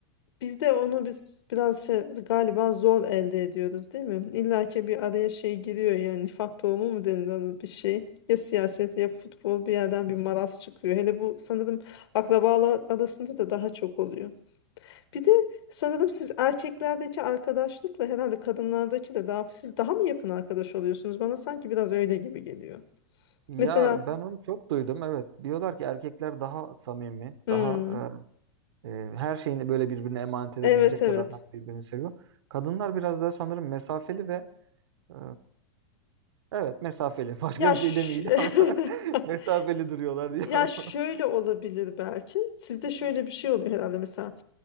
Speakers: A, on the left; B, on the right.
A: biz de onu biz biraz şey, galiba zor elde ediyoruz, değil mi? İlla ki bir araya şey giriyor yani nifak tohumu mu denilen bir şey. Ya siyaset ya futbol bir yerden bir maraz çıkıyor. Hele bu sanırım akrabalar arasında da daha çok oluyor. Bir de sanırım siz erkeklerdeki arkadaşlıkla herhalde kadınlardaki de daha siz daha mı yakın arkadaş oluyorsunuz? Bana sanki biraz öyle gibi geliyor.
B: Ya
A: Mesela
B: ben onu çok duydum. Evet. Diyorlar ki erkekler daha samimi,
A: hmm,
B: daha e, e, her şeyini böyle birbirine emanet edebilecek
A: evet evet.
B: kadar birbirini seviyor. Kadınlar biraz daha sanırım mesafeli ve e, evet mesafeli. <laughs> Başka
A: Ya
B: bir
A: ş-
B: şey demeyeceğim
A: <laughs>
B: ama <laughs> mesafeli duruyorlar diyorum.
A: ya şöyle
B: <laughs>
A: olabilir belki. Sizde şöyle bir şey oluyor herhalde mesela